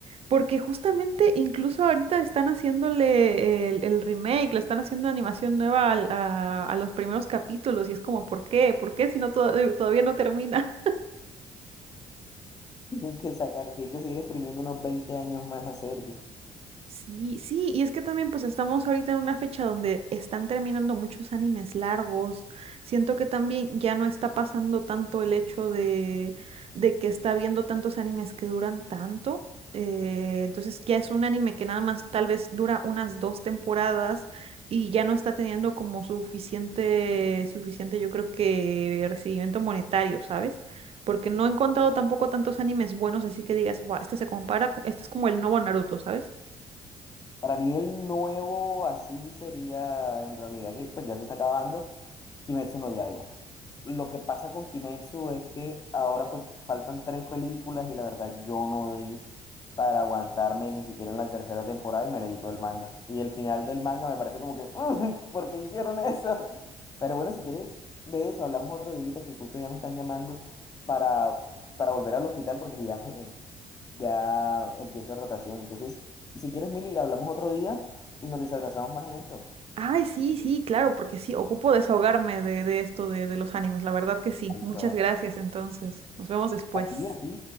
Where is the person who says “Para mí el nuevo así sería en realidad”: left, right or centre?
Left